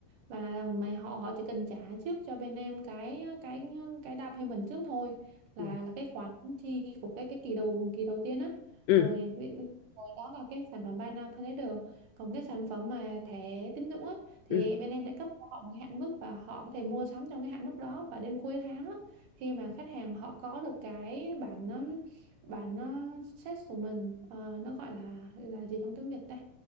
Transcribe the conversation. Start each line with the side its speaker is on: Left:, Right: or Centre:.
Right: và mà họ họ chỉ cần trả trước cho bên em cái cái cái down payment trước thôi là
Left: ừ
Right: là cái khoản chi của cái cái kỳ đầu kỳ đầu tiên á
Left: ừ
Right: rồi, ví- ví- rồi đó là cái sản phẩm buy now pay later còn cái sản phẩm mà thẻ tín dụng á thì
Left: ừ
Right: bên em sẽ cấp cho họ một cái hạn mức và họ có thể mua sắm trong cái hạn mức đó và đến cuối tháng á khi mà khách hàng họ có được cái bản um, bản uh, set của mình ờ, nó gọi là là gì trong tiếng Việt ta